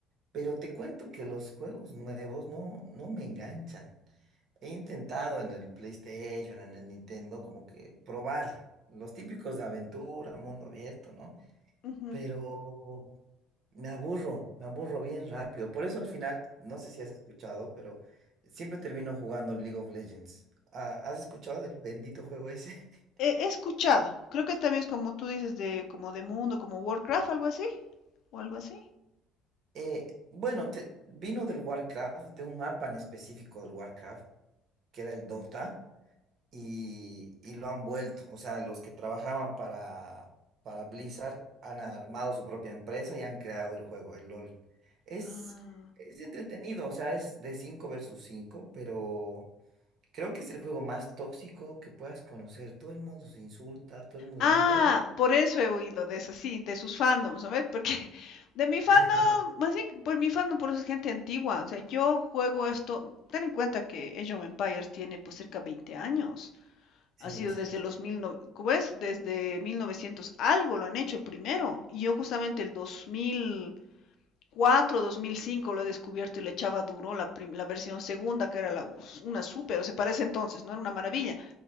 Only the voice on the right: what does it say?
pero te cuento que los juegos nuevos no, no me enganchan. He intentado en el PlayStation, en el Nintendo, como que probar los típicos de aventura, mundo abierto, ¿no?
Pero me aburro, me aburro bien rápido. Por eso al final, no sé si has escuchado, pero siempre termino jugando League of Legends. Ah, ¿Has escuchado del bendito juego ese? <laughs>
Eh, bueno, te- vino del Warcraft, de un mapa en específico del Warcraft, que era el Dota, y, y lo han vuelto. O sea, los que trabajaban para, para Blizzard han armado su propia empresa y han creado el juego, el LOL. Es,
es entretenido, o sea, es de 5 versus 5 pero... Creo que es el juego más tóxico que puedas conocer. Todo el mundo se insulta, todo el mundo
es muy...
<laughs>
Sí,
exacto.